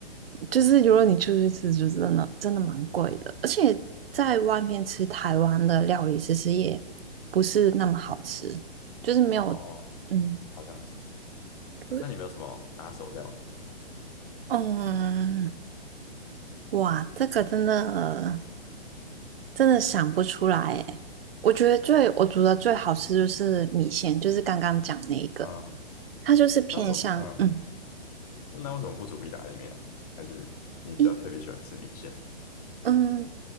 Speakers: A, on the right; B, on the left.
A: 就是，如果你出去吃，就真的真的蛮贵的，
B: 嗯
A: 而且在外面吃台湾的料理，其实也不是那么好吃，就是没有，
B: 哦，
A: 嗯，
B: 好像是。
A: 对，
B: 那你们有什么拿手料理？
A: 嗯，哇，这个真的真的想不出来诶。我觉得最我煮的最好吃就是米线，就是刚刚讲那一个，
B: 嗯，
A: 它就是偏向嗯。
B: 那为什么？嗯那为什么不煮意大利面啊？还是你比较特别喜欢吃米线吗？
A: 一。嗯，